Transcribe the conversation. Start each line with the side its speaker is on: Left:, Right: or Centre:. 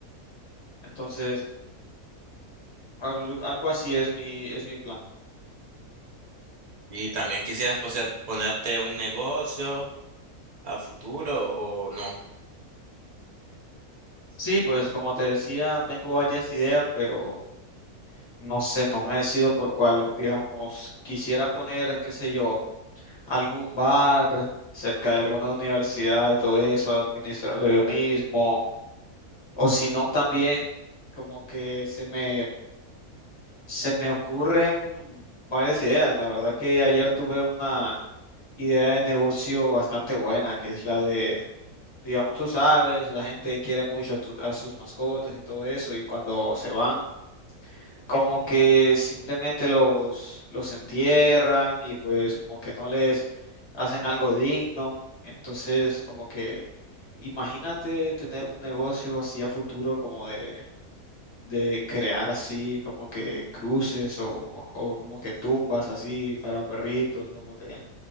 Left: Entonces, al- algo así es mi, es mi plan.
Right: y también quisieras poseer- ponerte un negocio a futuro o no.
Left: Sí, pues como te decía, tengo varias ideas, pero no sé, no me decido por cuál. Digamos, quisiera poner, qué sé yo, algún bar cerca de alguna universidad y todo eso, administrarlo yo mismo. O si no, también como que se me, se me ocurren varias ideas. La verdad que ayer tuve una idea de negocio bastante buena, que es la de, digamos, tú sabes, la gente quiere mucho a, tu- a sus mascotas y todo eso, y cuando se van, como que simplemente los, los entierran y pues como que no les hacen algo digno. Entonces, como que imagínate tener un negocio así a futuro como de... de crear así como que cruces o, o como que tumbas así para perritos, como que